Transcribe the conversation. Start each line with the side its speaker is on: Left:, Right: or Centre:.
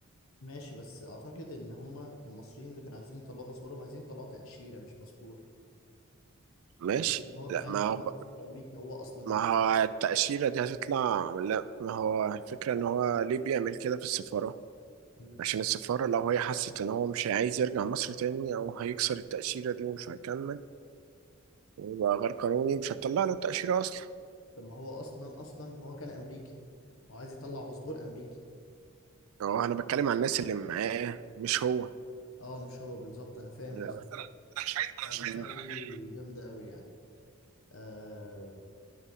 Left: ماشي بس أعتقد إن هما المصريين اللي كانوا عايزين يطلعوا باسبورهم عايزين يطلعوا تأشيرة مش باسبور
Right: ماشي
Left: ولكن هو كان
Right: لا
Left: عايز
Right: ما
Left: يطلع
Right: هو
Left: باسبور أمريكي هو أصلا
Right: ما هو التأشيرة دي هتطلع لا ما هو الفكرة إن هو ليه بيعمل كده في السفارة
Left: مم.
Right: عشان السفارة لو هي حست إن هو مش عايز يرجع مصر تاني أو هيكسر التأشيرة دي ومش هيكمل ويبقى غير قانوني مش هتطلع له التأشيرة أصلا
Left: طب ما هو أصلا أصلا هو كان أمريكي وعايز يطلع باسبور أمريكي
Right: أو أنا بتكلم عن الناس اللي معاه مش هو
Left: اه مش هو بالظبط أنا فاهم
Right: انا
Left: قصدك
Right: مش عايز انا
Left: اه
Right: مش
Left: الحتة
Right: عايز م- انا
Left: دي
Right: بكلم
Left: جامدة أوي يعني آه